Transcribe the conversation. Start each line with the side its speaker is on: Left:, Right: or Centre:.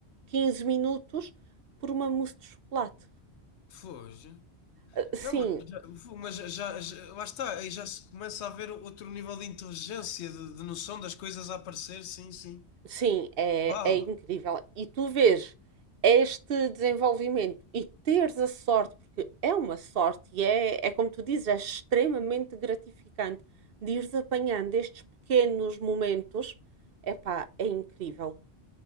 Right: 15 minutos por uma mousse de chocolate.
Left: Foge.
Right: Ah, Sim,
Left: Não, mas, já, fu- mas já, já- já- lá está, aí já se começa a ver outro nível de inteligência, de, de noção das coisas a aparecer, sim, sim.
Right: Sim, é,
Left: Uau!
Right: é incrível. E tu vês este desenvolvimento e teres a sorte, porque é uma sorte e é, é como tu dizes, é extremamente gratificante de ires apanhando estes pequenos momentos. Epá, é incrível.